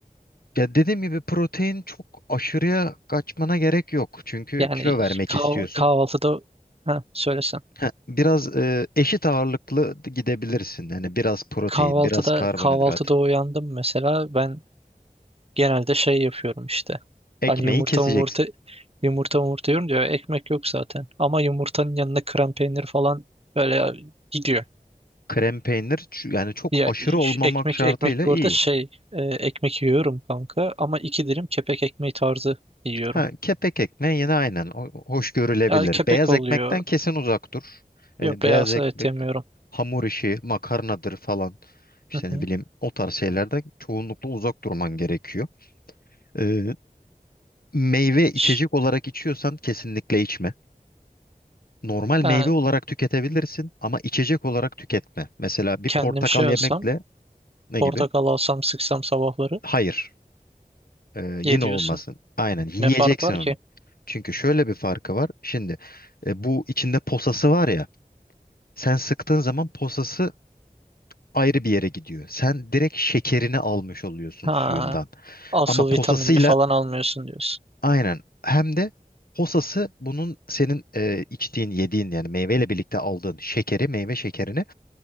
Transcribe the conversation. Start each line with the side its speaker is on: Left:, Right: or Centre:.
Left: ya dediğim gibi protein çok aşırıya kaçmana gerek yok. Çünkü
Right: Yani
Left: kilo vermek
Right: kah-
Left: istiyorsun.
Right: kahvaltıda ha, söylesen.
Left: Ha, biraz e, eşit ağırlıklı gidebilirsin. yani biraz protein,
Right: Kahvaltıda
Left: biraz karbonhidrat.
Right: kahvaltıda uyandım mesela ben genelde şey yapıyorum işte.
Left: Ekmeği
Right: Hani yumurta
Left: keseceksin.
Right: yumurta yumurta yumurta yiyorum diyor. Ekmek yok zaten. Ama yumurtanın yanına krem peynir falan böyle gidiyor.
Left: Krem peynir ç- yani çok
Right: Ya
Left: aşırı
Right: iş-
Left: olmamak
Right: ekmek
Left: şartıyla
Right: ekmek bu
Left: iyi.
Right: arada şey e, ekmek yiyorum kanka ama iki dilim kepek ekmeği tarzı yiyorum.
Left: Ha, kepek ekmeği yine aynen o- hoş görülebilir.
Right: Ya kepek
Left: Beyaz
Right: oluyor.
Left: ekmekten kesin uzak dur. Ee,
Right: Yok
Left: beyaz
Right: beyaz
Left: ekmek
Right: et yemiyorum.
Left: hamur işi, makarnadır falan. İşte
Right: Hı
Left: ne
Right: hı.
Left: bileyim o tarz şeylerden çoğunlukla uzak durman gerekiyor. Ee, meyve içecek
Right: Ş-
Left: olarak içiyorsan kesinlikle içme. Normal meyve
Right: Ha,
Left: olarak tüketebilirsin ama içecek olarak tüketme. Mesela bir
Right: kendim
Left: portakal
Right: şey
Left: yemekle
Right: olsam
Left: ne
Right: portakal
Left: gibi?
Right: alsam sıksam sabahları
Left: Hayır. Ee, yine
Right: ye diyorsun.
Left: olmasın. Aynen yiyeceksin
Right: Ne fark var
Left: onu.
Right: ki?
Left: Çünkü şöyle bir farkı var. Şimdi e, bu içinde posası var ya. Sen sıktığın zaman posası ayrı bir yere gidiyor. Sen direkt şekerini almış oluyorsun
Right: Ha,
Left: suyundan.
Right: asıl
Left: Ama posasıyla
Right: vitaminini falan almıyorsun diyorsun.
Left: aynen hem de posası bunun senin e, içtiğin, yediğin yani meyveyle birlikte aldığın şekeri, meyve şekerini